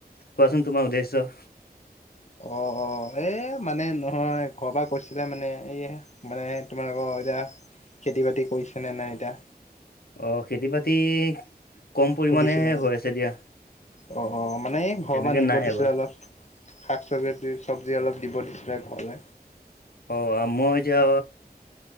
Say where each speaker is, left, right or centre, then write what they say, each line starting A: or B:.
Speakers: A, on the left; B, on the left.
A: কোৱাচোন তোমাৰ উদ্দেশ্য।
B: অ অ এ মানে নহয় ঘৰ বা কৈছিলে মানে এই। মানে তোমালোকৰ এতিয়া খেতি বাতি কৰিছে নে নাই এতিয়া।
A: অ খেতি বাতি। কম পৰিমাণেহে
B: সুধিছিলা মানে
A: হৈ আছে দিয়া
B: অ অ মানে এই ঘৰৰ
A: তেনেকে
B: পৰা নিব
A: নাই
B: দিছিলে
A: এবাৰ
B: অলপ। শাক চবজি চব্জি অলপ দিব দিছিলে ঘলে।
A: অঁ‌ আ মই এতিয়া।